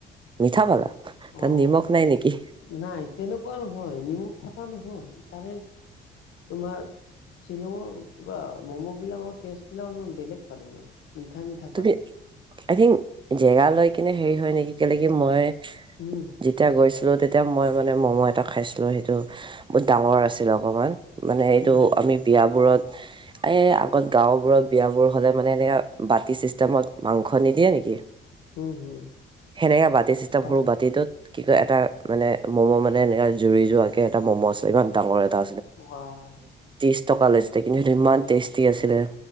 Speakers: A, on the right (about 25°); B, on the left (about 80°).
A: মিঠা পালা? তাত
B: অ',
A: নিমখ নাই নেকি?
B: নাই, তেনেকুৱা নহয়। নিমখ থকা নহয় তাৰে তোমাৰ শ্বিলঙৰ কিবা ম'ম' বিলাকৰ টেষ্ট বিলাক অলপ বেলেগ পালো মই, মিঠা-মিঠা
A: তুমি
B: পালো।
A: আই থিংক জেগা লৈ কিনে হেৰি হয় নেকি? তেনেকে মই
B: উম।
A: যেতিয়া গৈছিলো তেতিয়া মই মানে ম'ম' এটা খাইছিলোঁ, সেইটো বহুত ডাঙৰ আছিল অকণমান। মানে এইটো
B: উম
A: আমি বিয়াবোৰত, এ আগত গাওঁবোৰত বিয়াবোৰ হ'লে মানে এনেকা বাতি চিষ্টেমত মাংস নিদিয়ে নেকি?
B: হম হম
A: সেনেকে বাতি চিষ্টেম,
B: হয়
A: সৰু বাতিটোত কি কয় এটা মানে ম'ম' মানে এনে জুৰি যোৱ কে এটা ম'ম' আছে ইমান ডাঙৰ এটা
B: ৱাহ
A: ত্ৰিশ টকা লৈছিলে, কিন্তু সেইটো ইমান টেষ্টি আছিলে।